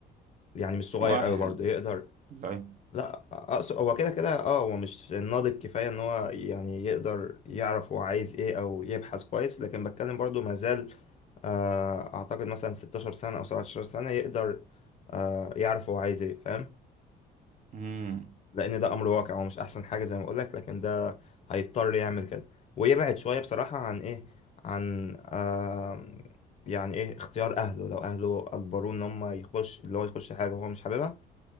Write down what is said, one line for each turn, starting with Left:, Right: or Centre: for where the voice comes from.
Left: يعني مش
Right: مش
Left: صغير
Right: مؤهل
Left: قوي برضه يقدر
Right: والله
Left: لا اقصد هو كده كده اه هو مش ناضج كفايه ان هو يعني يقدر يعرف هو عايز ايه او يبحث كويس لكن بتكلم برضه ما زال آه، اعتقد مثلا 16 سنه او 17 سنه يقدر آه، يعرف هو عايز ايه فاهم
Right: امم
Left: لان ده امر واقع ومش احسن حاجه زي ما اقول لك لكن ده هيضطر يعمل كده ويبعد شويه بصراحه عن ايه عن آه يعني ايه اختيار اهله لو اهله اجبروه ان هم يخش اللي هو يخش حاجه وهو مش حاببها